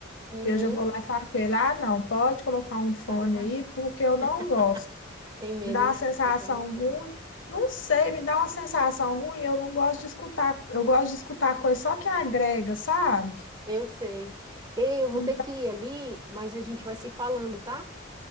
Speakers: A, on the right (about 20°); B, on the left (about 70°).
A: Uhum,
B: Eu já vou lá e falo com ele: ah, não, pode colocar um fone
A: pode abaixar.
B: aí, porque eu não
A: <laughs>
B: gosto.
A: Tem medo,
B: Me dá
A: né?
B: uma sensação
A: Eu também tenho.
B: ruim. Não sei,
A: É,
B: me dá uma sensação ruim. Eu não gosto de escutar. Eu gosto de escutar coisa só que agrega, sabe?
A: Eu sei. Ei, eu vou
B: Então,
A: ter que ir ali, mas a gente vai se falando, tá?